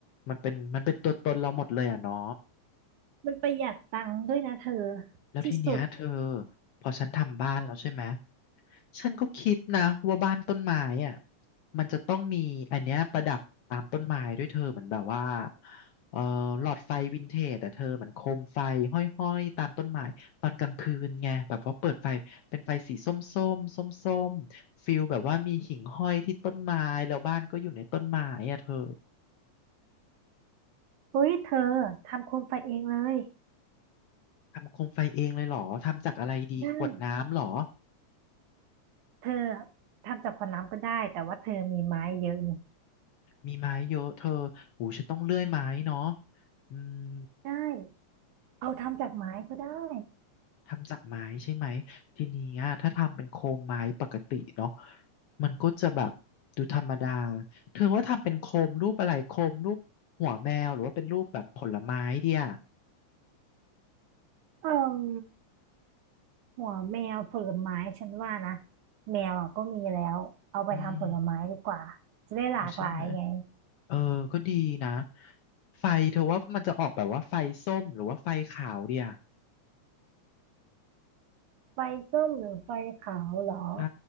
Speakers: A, on the left (about 75°); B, on the right (about 85°).
A: มันเป็นมันเป็นตัวตนเราหมดเลยอ่ะเนาะ
B: มันประหยัดตังค์ด้วยนะเธอ
A: แล้วทีเนี้ยเธอ
B: ที่สุด
A: พอฉันทำบ้านแล้วใช่ไหมฉันก็คิดนะว่าบ้านต้นไม้อ่ะมันจะต้องมีอันเนี้ยประดับตามต้นไม้ด้วยเธอเหมือนแบบว่าเอ่อหลอดไฟวินเทจแต่เธอเหมือนโคมไฟห้อยๆตามต้นไม้ตอนกลางคืนไงแบบพอเปิดไฟเป็นไฟสีส้มๆส้มส้มๆฟิลแบบว่ามีหิ่งห้อยที่ต้นไม้แล้วบ้านก็อยู่ในต้นไม้อ่ะเธอ
B: เฮ้ยเธอทำโคมไฟเองเลย
A: ทำโคมไฟเองเลยเหรอทำจากอะไรดีขวดน้ำเหรอ
B: น่เธออะทำจากขวดน้ำก็ได้แต่ว่าเธอมีไม้เยอะนี่
A: มีไม้เยอะเธอหูฉันต้องเลื่อยไม้เนาะอืม
B: ได้เอาทำจากไม้ก็ได้
A: ทำจากไม้ใช่ไหมทีนี้อะถ้าทำเป็นโคมไม้ปกติเนาะมันก็จะแบบดูธรรมดาเธอว่าทำเป็นโคมรูปอะไรโคมรูปหัวแมวหรือว่าเป็นรูปแบบผลไม้เดีย
B: เอ่มหัวแมวผลไม้ฉันว่านะแมวอ่ะก็มีแล้วเอาไปทำผลไม้ดีกว่าจะได้หลากหลายไง
A: อืมเอาใช่ไหมเออก็ดีนะไฟเธอว่ามันจะออกแบบว่าไฟส้มหรือว่าไฟขาวเดีย
B: ไฟส้มหรือไฟขาวเหรอ
A: ใช่